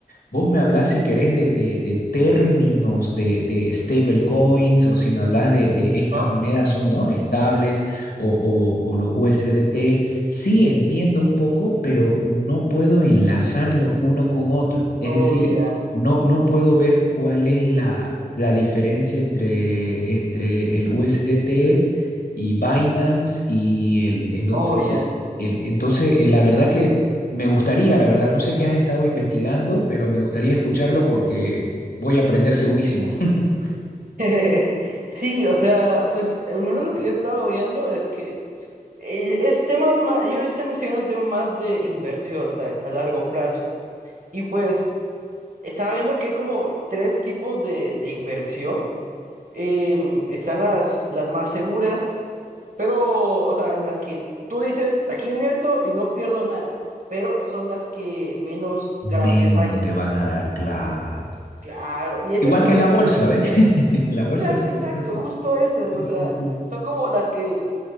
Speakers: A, on the left (about 80°); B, on the right (about 60°).
A: Vos me hablás si querés de, de- de términos de, de stablecoins o si me hablas de, de estas
B: ¿No?
A: monedas son ¿no? estables o, o- o los USDT. Sí entiendo un poco, pero no puedo enlazarlos uno con otro. Es
B: Oh,
A: decir,
B: ya.
A: no, no puedo ver cuál es la la diferencia entre, entre el USDT y Binance y el, el otro.
B: Oh, ya.
A: el- el- entonces, eh, la verdad que me gustaría, la verdad, no sé qué has estado investigando, pero me gustaría escucharlo porque voy a aprender segurísimo. <laughs>
B: <laughs> Sí, o sea, pues, al menos lo que yo he estado viendo es que eh, es temas más, yo yo estoy investigando temas más de inversión, o sea, a largo plazo. Y pues estaba viendo que hay como tres tipos de, de inversión. Em, están las, las más seguras, pero, o sea, en las que tú dices, aquí invierto y no pierdo nada, pero son las que menos ganancias
A: Menos
B: hay.
A: te van a dar, claro.
B: Claro, y esas
A: Igual
B: son
A: que en la bolsa, ¿ves? <laughs> En la
B: Exacto,
A: bolsa se maneja
B: exacto,
A: así.
B: justo esas,
A: Sí,
B: o sea,
A: sí, sí.
B: son como las que